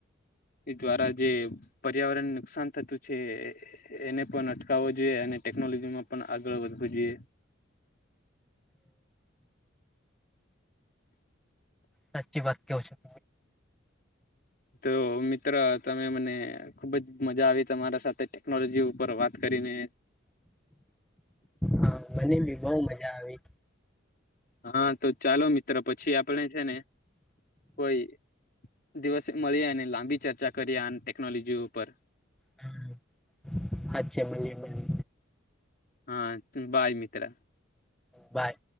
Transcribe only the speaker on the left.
દ્વારા જે પર્યાવરણને નુકસાન થતું છે એને પણ અટકાવવું જોઈએ અને ટેકનોલોજીમાં પણ આગળ વધવું જોઈએ
તો મિત્ર તમે મને ખુબ જ મજા આવી તમારા સાથે ટેકનોલોજી ઉપર વાત કરીને.
હા તો ચાલો મિત્ર પછી આપણે છે ને કોઈ દિવસે મળીએ અને લાંબી ચર્ચા કરીએ ટેકનોલોજી ઉપર.
હા બાય મિત્ર.